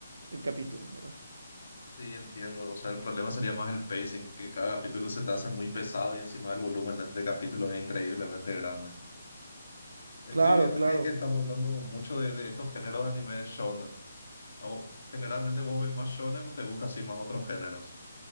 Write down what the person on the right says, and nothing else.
el capítulo, ¿verdad?
Claro,
claro.